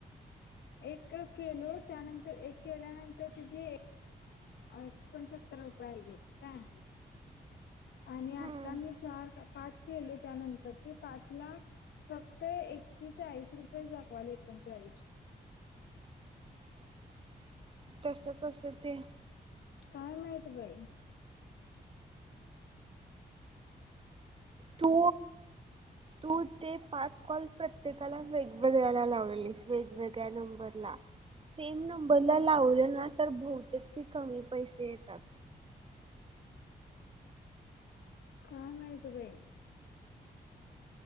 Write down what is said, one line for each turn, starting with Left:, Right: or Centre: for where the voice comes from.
Left: एक केलो त्यानंतर एक केल्यानंतर तुझी कोण सत्तर रुपये आले काय आणि आता
Right: हम्म
Left: मी चार पाच केले त्यानंतरची पाच ला फक्त एकशे चाळीस रुपये दाखवाल एकोणचाळीस
Right: <inaudible> तस कस ते
Left: काय माहित बाई
Right: तू तू ते पाच कॉल प्रत्येकाला वेगवेगळ्या लावलीस वेगवेगळ्या नंबर ला सेम नंबरला लावलं ना तर बहूतेक ते कमी पैसे येतात
Left: काय माहित बाई